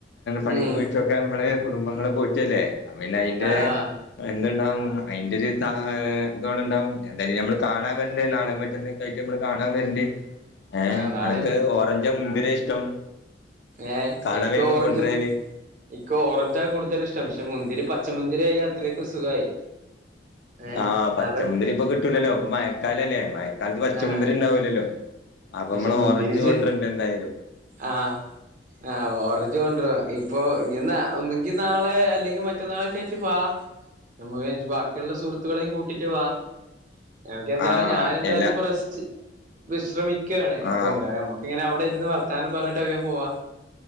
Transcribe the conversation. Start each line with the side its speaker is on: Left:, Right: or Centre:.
Left: പണിക്ക്
Right: ഉം
Left: പോയിട്ടൊക്കെമ്മള് കുടുംബങ്ങളെ പോറ്റല്ലേ അപ്പോപ്പിന്നെ അയിന്റെ
Right: ആ ആ
Left: എന്തുണ്ടാവും അയ്ന്റെരു ഇതടണ്ടാവും എന്തായാലും നമ്മള് കാണാൻ വരണ്ട് നാളെ മറ്റന്നക്കായ്ട്ട് നമ്മള് കാണാൻ വരണ്ട് ഏഹ
Right: ആ നാളെയും
Left: അനക് ഓറഞ്ചോ മുന്തിരി ഇഷ്ടം
Right: ഏഹ
Left: കാണാൻ
Right: ഇക്ക
Left: വരുമ്പോ
Right: ഓറഞ്ചും
Left: കൊണ്ടുവരാന്
Right: ഇക്ക് ഓറഞ്ചാ കൂടുതലിഷ്ടം പക്ഷെ മുന്തിരി പച്ചമുന്തിരിയായ അത്രക്കും സുഖായി ഏഹ്
Left: ആഹ് പച്ചമുന്തിരി
Right: അത്
Left: ഇപ്പൊ കിട്ടൂലല്ലോ ഇപ്പൊ മയക്കാലല്ലേ മയക്കാലത്ത് പച്ചമുന്തിരി
Right: ആഹ്
Left: ഉണ്ടാവലല്ലോ അപ്പൊ
Right: പക്ഷെ
Left: നമ്മള്
Right: മുന്തിരി
Left: ഓറഞ്ച്
Right: ച്
Left: കൊണ്ടിരുണ്ട് എന്തായാലും
Right: <unintelligible> ആഹ ഓറഞ്ച് കൊണ്ടോ ഇപ്പൊ ഇ ഒന്നങ്കി നാളെ അല്ലെങ്കിൽ മറ്റന്നാളെക്കെ ആയിട്ട് വാ നമ്മുക്ക് ബാക്കിയുള്ള സുഹൃത്തുക്കളെയും കൂട്ടിട്ട് വാ എമക്ക് എന്തായാലും
Left: ആഹ്
Right: ഞാൻ എന്തായാലും
Left: എല്ലാ
Right: പ്പ റസ്റ്റ് വിശ്രമിക്കാണ്
Left: ആഹ്
Right: പ്പങ്ങമ്മക്ക് ഇങ്ങനെ അവിടെ ഇരുന്ന് വർത്താനും പറഞ്ഞിട്ടൊക്കെ പോവാ